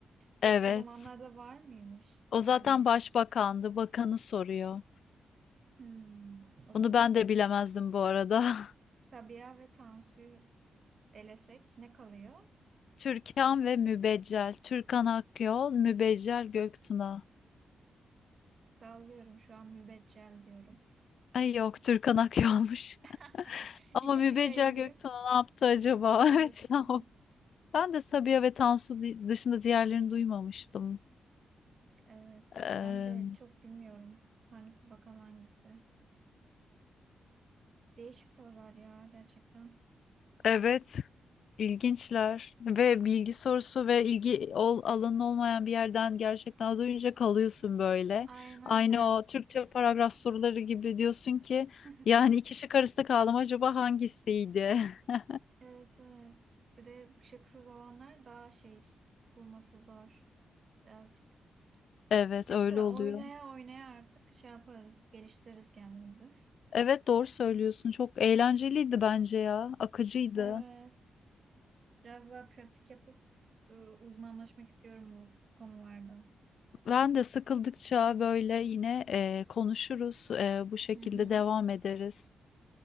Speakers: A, on the right; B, on the left.
A: O,
B: Evet.
A: o zamanlarda var mıymış?
B: O
A: Yani
B: zaten başbakandı. Bakanı soruyor.
A: Hmm, o zaman
B: Bunu ben de bilemezdim bu arada.
A: Sabiha ve Tansu'yu elesek ne kalıyor?
B: <laughs> Türkan ve Mübeccel. Türkan Akyol, Mübeccel Göktuna.
A: Sallıyorum şu an mübeccel diyorum.
B: Ay yok Türkan Akyol'muş.
A: <laughs>
B: <laughs>
A: İki
B: Ama Mübeccel
A: şıka indirip
B: Göktuna ne yaptı acaba?
A: edebilirim.
B: <laughs> Evet ya. Ben de Sabiha ve Tansu di- dışında diğerlerini duymamıştım.
A: Evet,
B: Eee,
A: ben de çok bilmiyorum hangisi bakan hangisi. Değişik sorular ya gerçekten.
B: evet. İlginçler ve bilgi sorusu ve ilgi ol, alanın olmayan bir yerden gerçekten duyunca kalıyorsun böyle.
A: Aynen aynen.
B: Aynı o Türkçe paragraf soruları gibi diyorsun ki
A: <laughs>
B: yani iki şık arasında kaldım acaba hangisiydi? <laughs>
A: Evet evet. Bir de şıksız olanlar daha şey bulması zor birazcık.
B: Evet
A: Neyse
B: öyle oluyor.
A: oynaya oynaya artık şey yaparız, geliştiririz kendimizi.
B: Evet doğru söylüyorsun çok eğlenceliydi bence ya akıcıydı.
A: Evet. Biraz daha pratik yapıp ıı, uzmanlaşmak istiyorum bu konularda.
B: Ben de sıkıldıkça böyle yine eee, konuşuruz eee, bu şekilde
A: Hı hı.
B: devam ederiz.